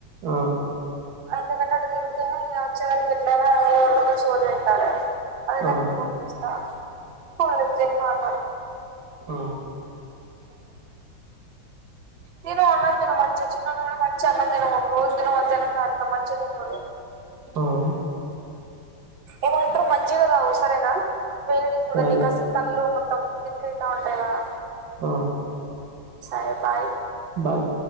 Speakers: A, on the right (about 55°); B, on the right (about 85°).
A: ఆ
B: ఎందుకంటే అటు తిరుగుడు వచేవరకు ఎట్లగా ఎవరితో ఒకరితో సోది పెట్టాలి అదే
A: ఆ
B: గాని ఫోన్ చేస్తావా ఫోన్ లిఫ్ట్ చేయమాకు
A: ఆ
B: పోవాలి తిను అన్నంతిను మంచి చినోడ్ని కూడా మంచి అన్నతిమను రోజు మధ్యాహ్నమ్ సాయంత్రం మంచి తిమను
A: అవును
B: ఏమంట్ర మజ్జిగ దాగు సరేనా వేడి కుడ
A: సరే
B: కల్లు మ మొత్తం లింక్ అయితా ఉంటాయా గదా
A: ఆ
B: సరే బాయ్
A: బాయ్